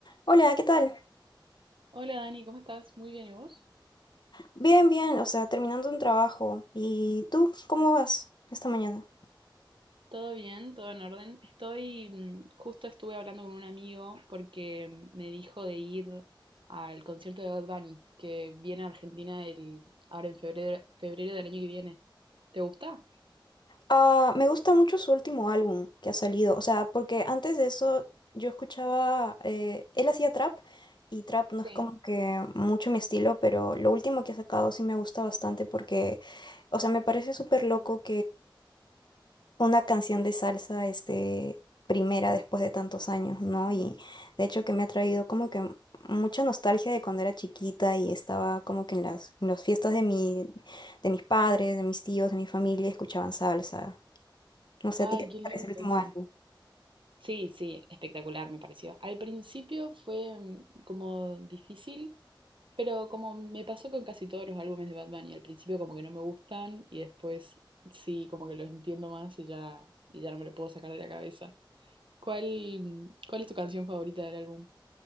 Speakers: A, on the left; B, on the right.
A: Hola, ¿qué tal?
B: Hola Dani, ¿cómo estás? Muy bien, ¿y vos?
A: Bien, bien, o sea, terminando un trabajo. ¿Y tú, cómo vas esta mañana?
B: Todo bien, todo en orden. Estoy, mm, justo estuve hablando con un amigo porque mm, me dijo de ir al concierto de Bad Bunny, que viene a Argentina el, ahora en febrero, febrero del año que viene. ¿Te gusta?
A: Ah, me gusta mucho su último álbum que ha salido, o sea, porque antes de eso yo escuchaba, eh, él hacía trap y trap no
B: Sí,
A: es como que mucho mi estilo, pero lo último que ha sacado sí me gusta bastante porque, o sea, me parece súper loco una canción de salsa, este, primera después de tantos años, ¿no? Y de hecho que me ha traído como que mucha nostalgia de cuando era chiquita y estaba como que en las, en las fiestas de mi, de mis padres, de mis tíos, de mi familia, escuchaban salsa. No sé,
B: Ay,
A: ¿a ti qué te
B: qué lindo
A: parece el último
B: eso.
A: álbum?
B: Sí, sí, espectacular me pareció. Al principio fue mm, como difícil, pero como me pasó con casi todos los álbumes de Bad Bunny, al principio como que no me gustan y después sí, como que los entiendo más y ya, y ya no me lo puedo sacar de la cabeza. ¿Cuál, mm, cuál es tu canción favorita del álbum?